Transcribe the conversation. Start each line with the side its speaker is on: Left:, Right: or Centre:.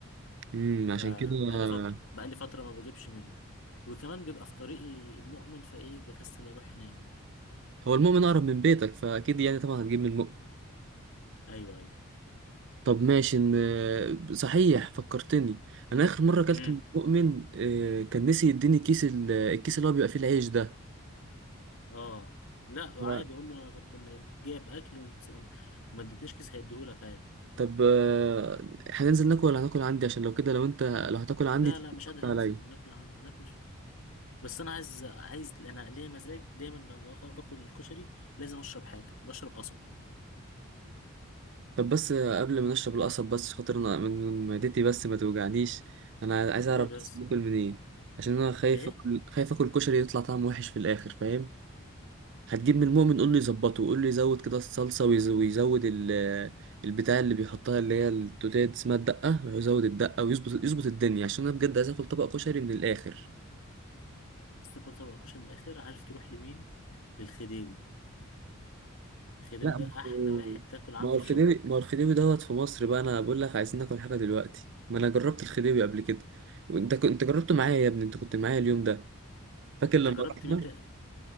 Right: امم عشان
Left: فبقالي
Right: كده آه،
Left: فترة بقالي فترة ما بجيبش منه وكمان بيبقى في طريقي المؤمن فإيه بكسل أروح هناك
Right: هو المؤمن اقرب من بيتك فاكيد يعني طبعا هتجيب من
Left: أيوه أيوه
Right: طب ماشي إن- صحيح فكرتني انا اخر مره اكلت
Left: امم
Right: من مؤمن آه، كان نسي يديني كيس ال- الكيس اللي هو بيبقى فيه العيش ده
Left: اه لا
Right: و-
Left: عادي اقول له انا كنت إن- جايب اكل ونس- وما ادتنيش كيس هيديهولك عادي
Right: طب آه، هننزل ناكل ولا هناكل عندي عشان لو كده لو انت لو هتاكل عندي
Left: لا
Right: تحط
Left: لا مش قادر
Right: عليا
Left: انزل ناكل عن- ناكل بس انا عايز عايز انا ليا مزاج دايما لما باخ- باكل الكشري لازم اشرب حاجه بشرب قصب
Right: طب بس آه، قبل ما نشرب القصب بس عشان خاطر انا من من معدتي بس ما توجعنيش انا عايز
Left: ايه
Right: اعرف
Left: بس
Right: بس باكل منين عشان انا خايف
Left: ايه
Right: اكل خايف اكل كشري يطلع طعمه وحش في الاخر فاهم هتجيب من المؤمن قول له يظبطه وقول له يزود كده الصلصة ويز- ويزود ال- البتاع اللي بيحطها اللي هي التوتيه دي اسمها الدقة يزود الدقة ويظبط يظبط الدنيا عشان انا بجد عايز اكل طبق كشري من الاخر
Left: بس تاكل طبق كشري من الاخر عارف تروح لمين للخديوي الخديوي
Right: لا
Left: ده
Right: ما
Left: احلى
Right: هو
Left: واحد تاكل عنده
Right: ما هو الخديوي
Left: في شبرا
Right: ما هو الخديوي دوت في مصر بقى انا بقول لك عايزين ناكل حاجة دلوقتي ما انا جربت الخديوي قبل كده وانت كنت جربته معايا يا ابني انت كنت معايا اليوم ده فاكر
Left: انت
Right: لما
Left: جربت
Right: رحنا
Left: مين تا...